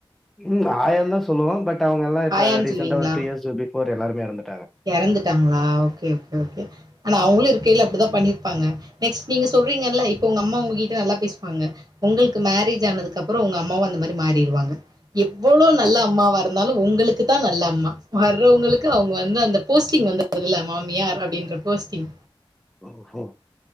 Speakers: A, in the centre; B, on the right.
A: ம் ஆயான்தா சொல்லுவோ பட் அவுங்கல்லா இப்ப
B: ஆயான்னு
A: ரீசெண்ட்டா
B: சொல்லுவீங்களா
A: ஒரு டூ இயர்ஸ் பிஃபோர் எல்லார் மே எறந்துட்
B: எறந்துட்டாங்களா ஓகே ஓகே ஓகே ஆனா அவுங்களு இரு க்கைல அப்டிதா பண்ணிருப்பாங்க நெக்ஸ்ட் நீங்க சொல்றீங்கல்ல இப்பொ உங்க அம்மா உங்க‌க்கிட்ட நல்லா பேசுவாங்க உங்களுக்கு மேரேஜ் ஆனதுக்கப்பறோ உங்க அம்மாவு அந்த மாரி மாறிடருவாங்க எவ்வளோ நல்லா அம்மாவா இருந்தாலு உங்களுக்குத்தா நல்ல அம்மா வர்றவங்களுக்கு அவுங்க வந்து அந் த போஸ்ட்டிங் வந்துர்துல மாமியார் அப்டின்ற போஸ்டிங்
A: ஓஹோ!